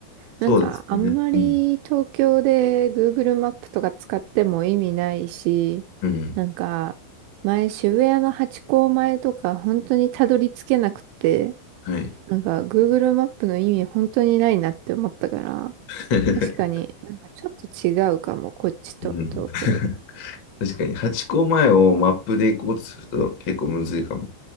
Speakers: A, on the right; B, on the left.
A: なんか、
B: そうですね。
A: あんまり東京で
B: うん。
A: Google マップとか使っても意味ないし、
B: うん。
A: なんか、前渋谷のハチ公前とか本当にたどり着けなくて、
B: はい。
A: なんか Google マップの意味本当にないなって思ったから、
B: <laughs>
A: 確かになんかちょっと違うかも、こっちと東京で。
B: うん、<laughs> 確かに、八個前をマップで行こうとすると結構むずいかも。